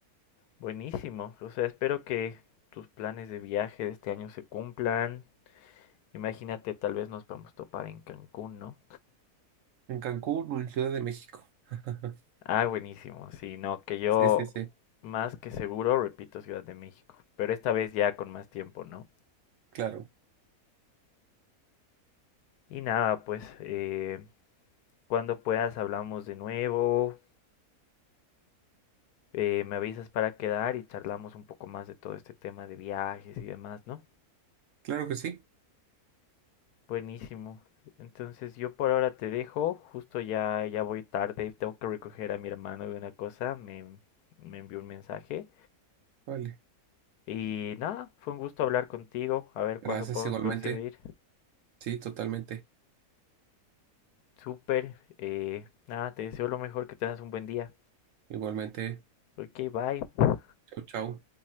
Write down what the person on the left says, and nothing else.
Buenísimo. O sea, espero que tus planes de viaje de este año se cumplan. Imagínate, tal vez nos podemos topar en Cancún, ¿no?
Ah, buenísimo. Sí, no, que yo
más que seguro repito Ciudad de México, pero esta vez ya con más tiempo, ¿no?
Y nada, pues eh, cuando puedas hablamos de nuevo, Eh, me avisas para quedar y charlamos un poco más de todo este tema de viajes y demás, ¿no?
Buenísimo. Entonces yo por ahora te dejo, justo ya, ya voy tarde, tengo que recoger a mi hermano de una cosa, me, me envió un mensaje.
Y nada, fue un gusto hablar contigo, a ver
cuándo podemos
coincidir.
Súper, eh, nada, te deseo lo mejor, que tengas un buen día.
Ok, bye.